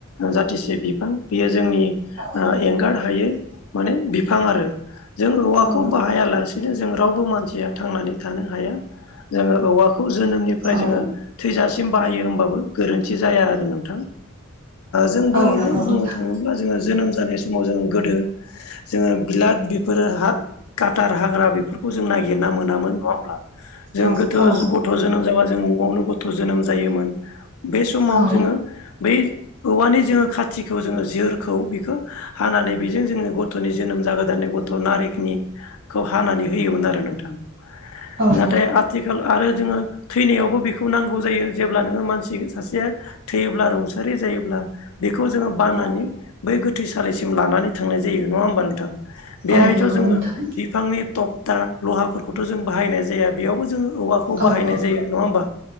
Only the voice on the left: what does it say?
जाथिसे बिफां बियो जोंनि
एंगार हायै माने बिफां आरो। जों औवाखौ
बाहायालासे बिदिनो जों रावबो मानसिया थांनानै थानो हाया। जोङो औवाखौ जोनोमनिफ्राय
जोङो थैजासिम बाहायो होमबाबो गोरोन्थि जाया आरो नोंथां। जों बोरैहाय
बुंनो
थाङोब्ला जोङो जोनोम जानाय समाव जोङो गोदो जोङो बिराद बेफोरो कटार हाग्रा बेफोरखौ जों नागिरना मोनामोन न'आव? जों
गोथ
गथ' जोनोम जाबा जों न'आवनो गथ' जोनोम जायोमोन। बे समाव
जोङो बै औवानि जोङो खाथिखौ जोङो जोरखौ बेखौ हानानै बेजों जोङो गथ'नि जोनोम जागोदाननि गथ' नारिनि खौ हानानै होयोमोन आरो नोंथां।
नाथाय
आथिखाल आरो जोङो थैनायावबो बेखौ नांगौ जायो। जेब्ला जोंङो मानसि सासेया थैयोब्ला रुंसारि जायोब्ला बेखौ जोोङो बाननानै
बै गोथैसालिसिम लानानै थांनाय जायो नङा होमबा नोंथां। बेहायथ'
जोंङो।
बिफांनि थक्था लहाफोरखौथ' जों बाहायनाय जाया। बेयावबो जों औवाखौ बाहायनाय
जायो नङा होमा